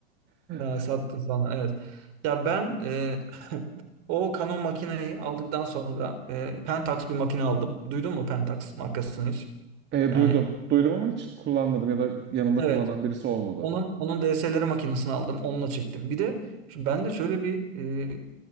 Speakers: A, on the right; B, on the right.
A: <laughs>
B: sattın sana. Evet. Ya ben e, <laughs> o Canon makineyi aldıktan sonra e, Pentax bir makine aldım. Duydun mu Pentax markasını hiç?
A: E,
B: Yani
A: duydum. Duydum ama hiç kullanmadım ya da yanımda
B: evet.
A: kullanan birisi olmadı.
B: Onun onun DSLR makinesini aldım. Onunla çektim. Bir de şu- bende şöyle bir e,